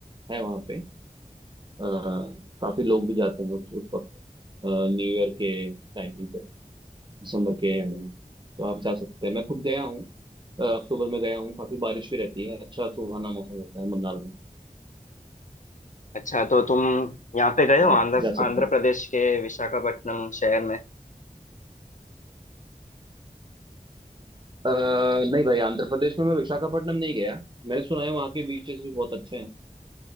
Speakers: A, on the right (about 30°); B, on the left (about 60°).
A: है वहां पे अ, काफी लोग भी जाते हैं उस, उस वक्त न्यू ईयर के टाइम पे दिसंबर के एंड में तो आप जा सकते हैं मैं खुद गया हूँ अ, अक्टूबर में गया हूँ काफी बारिश भी रहती है अच्छा सुहाना मौसम रहता है मन्नार में
B: अच्छा तो तुम यहाँ पे गए
A: तो
B: हो
A: आप
B: आंध्र
A: जा सकते
B: आंध्र
A: हैं
B: प्रदेश के विशाखापट्टनम शहर में
A: अ, नहीं भाई आंध्र प्रदेश में मैं विशाखापट्टनम नहीं गया मैंने सुना है वहाँ के बीचेस भी बहुत अच्छे हैं